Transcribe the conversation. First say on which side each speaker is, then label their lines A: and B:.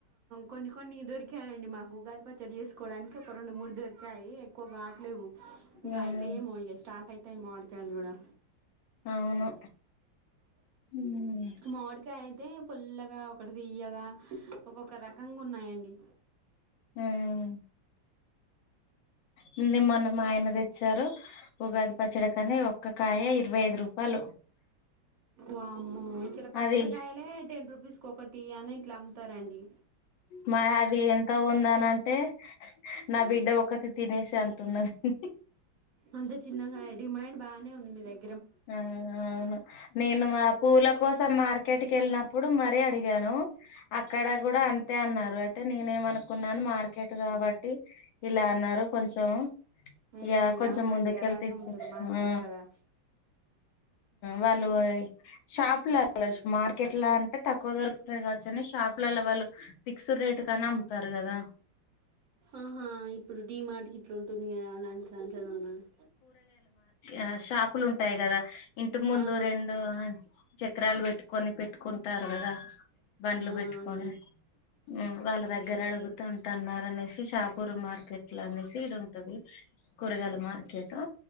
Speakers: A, on the right; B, on the left.
A: కొన్ని కొన్ని దొరికాయండి మాకు ఉగాది పచ్చడి చేసుకోవడానికి ఒక రెండు మూడు దొరికాయి ఎక్కువ కావట్లేవు ఇంకా
B: అవును
A: అయిత ఏమో ఇగ స్టార్ట్ అయితయి మామిడికాయలు కూడా
B: అవును. ఉమ్
A: మామిడికాయ అయితే పుల్లగా ఒకటి తీయ్యగా ఒక్కొక్క రకంగా ఉన్నాయండి
B: ఉమ్ నిన్న మొన్న మా ఆయన తెచ్చారు ఉగాది పచ్చడి కని ఒక్క కాయ ఇరవై ఐదు రూపాయలు
A: వామ్మో ఇక్కడ పచ్చడి
B: అది
A: కాయలే టెన్ రూపీస్ కోకటి టీ అని ఇట్లా అమ్ముతారండి
B: మా అది ఎంత ఉంది అని అంటే నా బిడ్డ ఒక ఒకటి తినేసి అంటున్నది
A: అంతే చిన్నగా డిమాండ్ బాగానే ఉంది మీ దగ్గ
B: ఆ అవును నేను మా పూల కోసం మార్కెట్ కెళ్ళినప్పుడు మరీ అడిగాను అక్కడ కూడా అంతే అన్నారు అయితే నేనే ఏమనుకున్నాను మార్ కేట్ కాబట్టి ఇలా అన్నారు కొంచెం
A: ఉమ్
B: ఇక కొంచెం
A: అవునండి
B: ముందుకెళ్తే
A: అలానే
B: ఇస్త
A: ఉంటది మార్కెట్
B: ఆ
A: కదా
B: వాళ్ళు షాప్ల మార్కెట్ల అంటే తక్కువ దొరకు కావచ్చని షాప్లలో వాళ్ళు ఫిక్స్డ్ రేటు కని అమ్ముతారు కదా
A: ఆహా ఇప్పుడు డి మార్ట్కి ఇట్లా ఉంటుంది కదా అలాంటిదాంట్లోనే ఉన్నాను
B: ఆ షాపులు ఉంటాయి కదా ఇంటి ముందు
A: ఆ
B: రెండు చక్రాలు పెట్టుకొని పెట్టుకుంటారు కదా బండ్లు
A: ఆ
B: పెట్టుకొని
A: అవును
B: ఉ వాళ్ళ దగ్గర దగ్గర అడుగుతుంటారని అనేసి షాపూర్ మార్కెట్లు అనేసి ఇడ ఉంటది కూరగాయల మార్కెట్ కేతా